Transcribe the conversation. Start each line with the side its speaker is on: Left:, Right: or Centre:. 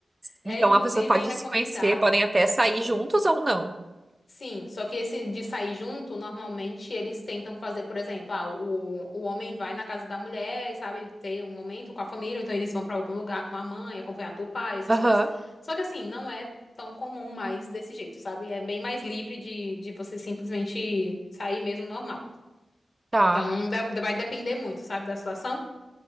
Left: É
Right: Então
Left: inclusive
Right: a pessoa pode
Left: recomendado.
Right: se conhecer, podem até sair
Left: Sim.
Right: juntos ou não.
Left: Sim, só que esse de sair junto, normalmente eles tentam fazer, por exemplo, ah, o, o homem vai na casa da mulher, sabe, ter um momento com a família, ou então eles vão pra algum lugar com a mãe, acompanhado do pai, essas
Right: Aham,
Left: coisas. Só que assim, não é tão comum mais desse jeito, sabe? É bem mais livre de, de você simplesmente sair mesmo normal.
Right: tá.
Left: Então, de- vai depender muito, sabe, da situação.